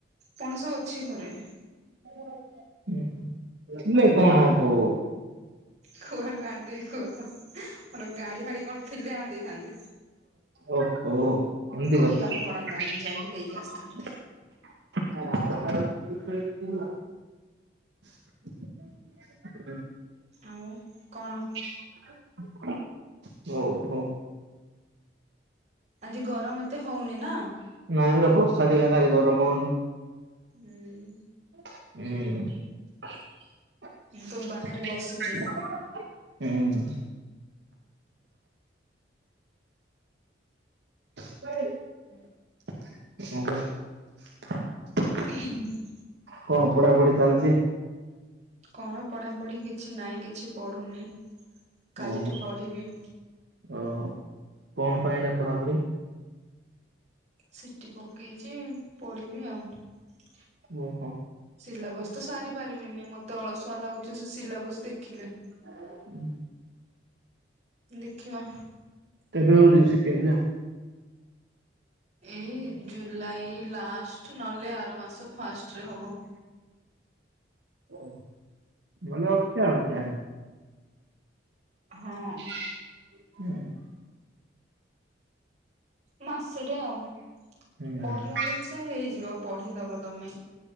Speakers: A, on the right; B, on the right.
A: ପଣସ ଅଛି ଘରେ।
B: <unintelligible> ଥିଲେ କଅ ହଵ
A: କୁଆଡୁ ଆଣିଦେବି କୁହ ତ ମୋର ଗାଡି ଫାଡି କଣ ଥିଲେ ଆଣି ଦେଇଥାନ୍ତି।
B: ଓହୋ ଏମତି
A: କହିବାକୁ
B: କଥା। <unintelligible>
A: ପଡନ୍ତାନି ଯାଇକି ଦେଇକି ଆସିଥାନ୍ତି।
B: <inaudible> <unintelligible>
A: ଆଉ କଣ?
B: <inaudible> ଓହୋ।
A: ଆଜି ଗରମ ଏତେ ହଉନି ନା।
B: ନାଇଁ ରେ ବର୍ଷା ଟିକେ ହେଲା ଗରମ ହଉନି।
A: ହୁଁ
B: ଉଁ। <inaudible>
A: ମୁଁ ତ ବାହାରେ ବସିଛି
B: ଉଁ <unintelligible>
A: ଉଁ ହୁଁ।
B: କଣ ପଢାପଢି ଚାଲିଛି?
A: କଣ ପଢ଼ାପଢ଼ି କିଛି ନାହିଁ କିଛି ପଢ଼ୁନି କାଲିଠୁ
B: ଓହୋ
A: ପଢ଼ିବି।
B: ଓହୋ, କଣ ପାଇଁ ଏଟା ପଢାପଢି?
A: ସିଟି ପକେଇଚି ପଢିବି ଆଉ। <inaudible>
B: ଓହୋ
A: ସିଲାବସ ତ ସାରି ପାରିବିନି ମତେ ଅଳସୁଆ ଲାଗୁଛି ସେ ସିଲାବସ ଦେଖିଲେ।
B: <inaudible>
A: ଦେଖିବା।
B: କେବେ ହଉଚି ସିଟି ଏଗଜାମ?
A: ଏଇ ଜୁଲାଇ ଲାଷ୍ଟ ନହେଲେ ଆର ମାସ ଫାଷ୍ଟରେ ହେବ।
B: ଓ <unintelligible> ଭଲ ଅଛି ଅଉ ଚନ୍ <unintelligible>
A: ହଁ
B: <unintelligible> ହୁଁ।
A: ମାସେଟେ ଆଉ
B: ହୁଁ
A: ପଢିବା ଜିନିଷ ହେଇଯିବ ପଢିଦବ ତମେ।